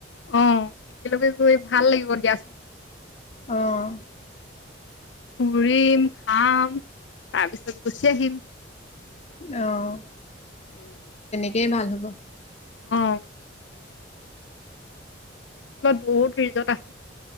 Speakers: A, on the left; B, on the left.
A: অ একেলগে গৈ ভাল লাগিব দিয়া
B: আহ
A: ফুৰিম খাম তাৰপিছত গুচি আহিম
B: আহ
A: উম
B: <unintelligible> ভাল হ'ব
A: অ অৰুণাচলত বহুত ৰিজৰ্ট আছ